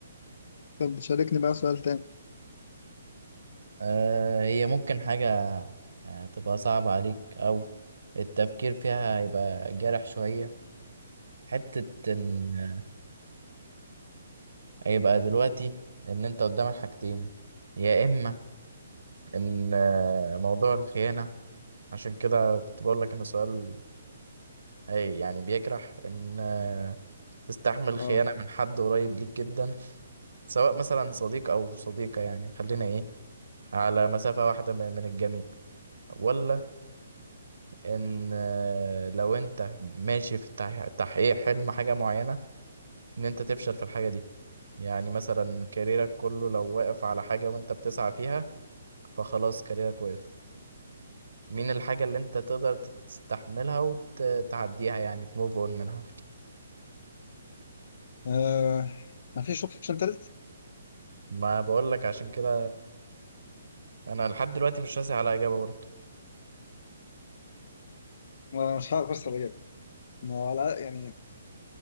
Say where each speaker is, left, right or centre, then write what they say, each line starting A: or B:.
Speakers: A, on the left (about 55°); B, on the right (about 75°).
A: طب شاركني بقى سؤال تاني
B: آه، هي ممكن حاجة آه، تبقى صعبة عليك أو التفكير فيها يبقى جارح شوية حتة إن آه، يبقى دلوقتي إن أنت قدامك حاجتين يا إما إن آه، موضوع الخيانة عشان كده كنت بقول لك إن السؤال أي يعني بيجرح إن آه، تستحمل خيانة
A: اه
B: من حد قريب ليك جدا سواء مثلا صديق أو صديقة يعني خلينا إيه على مسافة واحدة من من الجميع ولا ان آه، لو انت ماشي في التح- تحقيق حلم حاجة معينة ان انت تفشل في الحاجة دي يعني مثلا كاريرك كله لو واقف على حاجة وانت بتسعى فيها فخلاص كاريرك واقف مين الحاجة اللي انت تقدر تستحملها وتعديها يعني تموف اون منها
A: آه، ما فيش اوبشن تالت
B: ما بقولك عشان كده انا لحد دلوقتي مش راسي على اجابة برضه
A: ما مش عارف بس اجيب ما هو على يعني